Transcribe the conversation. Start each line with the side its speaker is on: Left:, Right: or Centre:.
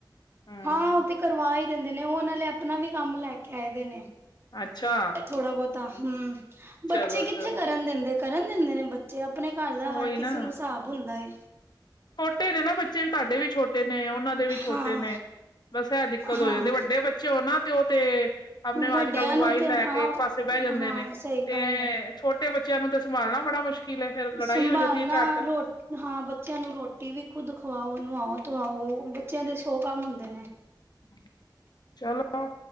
Left: ਹਮ
Right: ਹਾਂ ਉਹ ਤੇ ਕਰਵਾ ਹੀ ਦਿੰਦੇ ਨੇ ਉਹ ਨਾਲੇ ਆਪਣਾ ਵੀ ਕੰਮ ਲੈ ਕੇ ਆਏਦੇ ਨੇ।
Left: ਅੱਛਾ
Right: ਥੋੜਾ ਬਹੁਤਾ ਹੂੰ ਬੱਚੇ
Left: ਚਲੋ ਚਲੋ
Right: ਕਿੱਥੇ ਕਰਨ ਦਿੰਦੇ ਕਰਨ। ਦਿੰਦੇ ਨੇ ਬੱਚੇ। ਤੇ ਆਪਣੇ ਘਰ ਦਾ
Left: ਉਹੀ
Right: ਹਰ
Left: ਨਾ
Right: ਕਿਸੇ ਨੂੰ ਹਿਸਾਬ ਹੁੰਦਾ ਹੈ।
Left: ਛੋਟੇ ਨੇ ਨਾ ਬੱਚੇ ਵੀ ਤੁਹਾਡੇ ਵੀ ਛੋਟੇ। ਨੇ ਉਹਨਾਂ ਦੇ ਵੀ ਛੋਟੇ
Right: ਹਾਂ
Left: ਨੇ ਬਸ ਹੈ ਦਿੱਕਤ
Right: ਹਾਂ
Left: ਹੋ ਜਾਂਦੀ ਵੱਡੇ ਬੱਚੇ ਹੋਣ ਨਾ। ਤੇ ਉਹ ਤੇ। ਆਪਣੇ ਉਹ
Right: ਵੱਡਿਆਂ
Left: ਅੱਜ ਕੱਲ੍ਹ ਮੋਬਾਈਲ
Right: ਨੂੰ ਤੇ
Left: ਲੈ
Right: ਹਾਂ
Left: ਕੇ ਇੱਕ ਪਾਸੇ ਬਹਿ ਜਾਂਦੇ
Right: ਹਾਂ
Left: ਨੇ
Right: ਸਹੀ
Left: ਤੇ
Right: ਗੱਲ ਹੈ
Left: ਛੋਟੇ ਬੱਚਿਆਂ ਨੂੰ ਤੇ ਸੰਭਾਲਣਾ ਬੜਾ ਮੁਸ਼ਕਿਲ ਫੇਰ। ਲੜਾਈ
Right: ਸੰਭਾਲਣਾ
Left: ਹੋ ਜਾਂਦੀ ਹੈ ਝੱਟ
Right: ਰੋ ਹਾਂ ਬੱਚਿਆਂ ਨੂੰ ਰੋਟੀ ਵੀ ਖੁਦ ਖਵਾਓ। ਉਹ ਨੂੰ ਨਵਾਓ ਧਵਾੳ ਬੱਚਿਆਂ ਦੇ ਸੌ ਕੰਮ ਹੁੰਦੇ ਨੇ।
Left: ਹਾਂ। ਚਲੋ